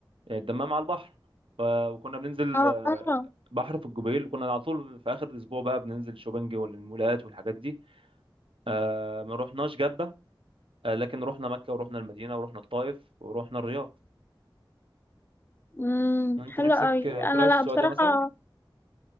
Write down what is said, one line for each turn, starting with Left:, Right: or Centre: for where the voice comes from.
Right: الدمام على البحر ف- وكنا بننزل
Left: اه
Right: آه، بحر في الجبيل كنا على طول في آخر الأسبوع بقى بننزل شوبنج والمولات والحاجات دي آه، ما رحناش جدة آه، لكن رحنا مكة ورحنا المدينة ورحنا الطائف ورحنا الرياض
Left: امم
Right: أنت
Left: حلوة
Right: نفسك
Left: قوي
Right: آه،
Left: انا
Right: تروح السعودية
Left: لا بصراحة
Right: مثلا؟